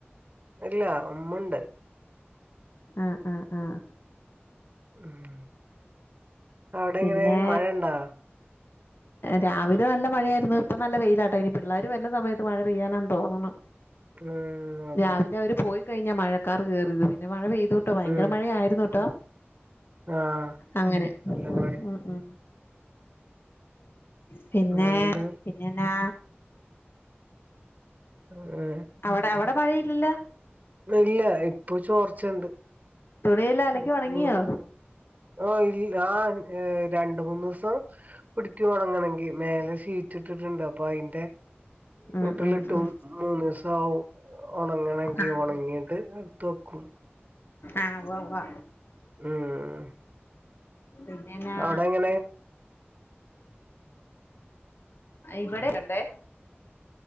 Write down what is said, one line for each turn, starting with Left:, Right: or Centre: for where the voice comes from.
Right: ഇല്ല ഉമ്മണ്ട്.
Left: ആഹ് ആഹ് ആഹ്
Right: ഉം അവ്ടെ
Left: പിന്നെ
Right: എങ്ങനെ, മഴണ്ടോ?
Left: രാവിലെ നല്ല മഴയായിരുന്നു ഇപ്പോ നല്ല വെയിലാട്ടോ ഇനി പിള്ളേര് വര്ന സമയത്ത് മഴ പെയ്യാനാണ് തോന്ന്ണു.
Right: ഉം അതാ
Left: രാവിലെ അവര് പോയി കഴിഞ്ഞാ മഴക്കാർ കേറിയത് പിന്നെ മഴ പെയ്തോ ട്ടോ ഭയങ്കര
Right: ഉം
Left: മഴ ആയിരുന്നുട്ടോ.
Right: ആഹ്
Left: അങ്ങനെ.
Right: നല്ല മഴ
Left: ഉം ഉം പിന്നേ
Right: വേറെന്താ
Left: പിന്നെ ന്നാ?
Right: <unintelligible>
Left: അവടെ അവടെ മഴയില്ലല്ലോ?
Right: ഇല്ല ഇപ്പോ ചോർച്ചണ്ട്.
Left: തുണിയെല്ലാം അലക്കി
Right: ഉം
Left: ഒണങ്ങിയോ
Right: <unintelligible> ആഹ് ഇൽ ആഹ് ഏഹ് രണ്ട് മൂന്നൂസം പിടിക്ക്യു ഒണങ്ങണെങ്കി മേലെ ഷീറ്റ് ഇട്ടിട്ട്ണ്ട് അപ്പോ അയിന്റെ
Left: ഉം
Right: വീട്ടിലിട്ടും
Left: ഉം ഉം
Right: മൂന്നീസാവും ഒണങ്ങണ
Left: ആഹ്
Right: ഒണങ്ങിയിട്ട് എടുത്തു വയ്ക്കും.
Left: ആഹ് ഉവ്വ ഉവ്വ
Right: ഉം
Left: പിന്നെന്നാ
Right: അവിടെ എങ്ങനെ
Left: ഇവിടെ <unintelligible>